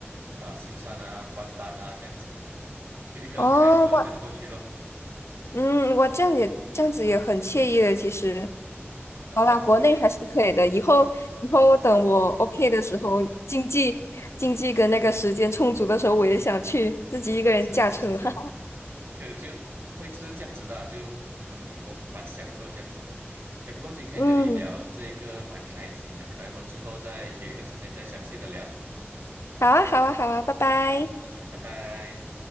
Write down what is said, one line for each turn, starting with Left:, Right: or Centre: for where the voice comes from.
Right: 啊、呃新山啊、关丹啊这样子，就一个人开车这样过去咯。
Left: 哦，我嗯，我这样也这样子也很惬意的，其实。
Right: <laughs>
Left: 好啦，国内还是可以的。以后以后等我 OK 的时候，经济经济跟那个时间充足的时候，我也想去自己一个人驾车。
Right: 是是是是。
Left: <laughs>
Right: 可就会吃这样子的啊就嗯，我蛮享受这样子的。哎，不过今天跟你聊这个蛮开心的，
Left: 嗯，
Right: 可能我们之后再约一个时间再详细的聊。
Left: 好啊，好啊，好啊，拜拜。
Right: 嗯嗯，拜拜。